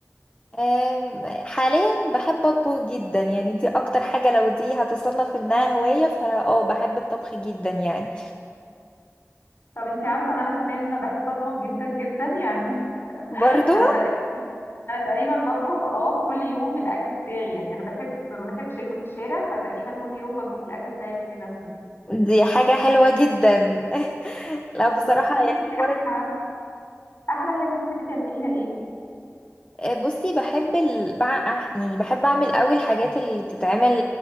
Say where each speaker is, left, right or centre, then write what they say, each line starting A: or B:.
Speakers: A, on the left; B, on the left.
A: آم، حاليا بحب أطبخ جدا يعني دي أكتر حاجة لو دي هتصنف إنها هواية فا اه بحب الطبخ جدا يعني
B: طب انت عارفة ان انا كمان بحب اطبخ جدا جدا يعني <laughs>
A: برضو
B: انا تقريبا انا تقريبا بطبخ اه كل يوم الاكل بتاعي يعني انا بحب ما بحبش اكل من الشارع فتقريبا كل يوم بطبخ الاكل بتاعي بنفسي
A: دي حاجة حلوة جدا <laughs> لا بصراحة
B: طب احكي
A: يعني
B: لي
A: حوار
B: احلى احلى حاجة بتحبي تعمليها ايه
A: آه، بصي بحب ال... بع... يعني بحب اعمل قوي الحاجات اللي بتتعمل